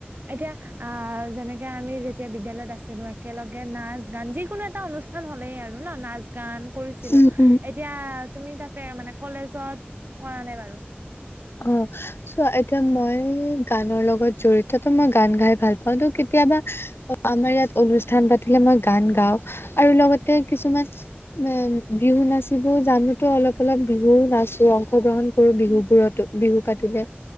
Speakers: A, on the right; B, on the left.
A: এতিয়া আহ, যেনেকে আমি যেতিয়া বিদ্য়ালয়ত আছিলো, একেলগে নাচ, গান যিকোনো এটা অনুষ্ঠান হ'লেই আৰু ন', নাচ গান। কৰিছিলো,
B: উম উম
A: এতিয়া তুমি তাতে মানে কলেজত কৰা নাই বাৰু।
B: অ', চোৱা এতিয়া মই গানৰ লগত জড়িত মই গান গাই ভাল প হয়তো কেতিয়াবা, আমাৰ ইয়াত অনুষ্ঠান পাতিলে মই গান গাওঁ, আৰু লগতে কিছুমান উম, বিহু নাচিব জানোতো, অলপ অলপ বিহু নাচো অংশগ্ৰহণ কৰোঁ বিহুত।
A: উম,
B: বিহু পাতিলে,